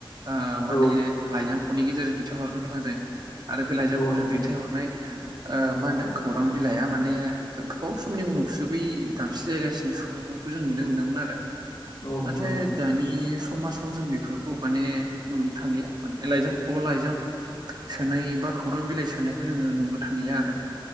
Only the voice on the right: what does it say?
ओ माने
लाइजामखनि गेजेरजों दैथाय हरनो गोनां जायोमोन आरो
खौ
जों
दैथायहरनाय ओ मा होनो खौरां बिलाइया माने गोबाव समनि उनावसो बै दाबसे जायगासिम सहैनाय खौ जों नुनो मोनोमोन आरो।
नाथाय
दानि समाजाव जों बेफोरखौ माने नुनो थांलिया माने लाइजाम खयाव लाइजाम सोनाय बा खौरां बिलाइ सोनायखौ जोङो नुनो थांलिया आरो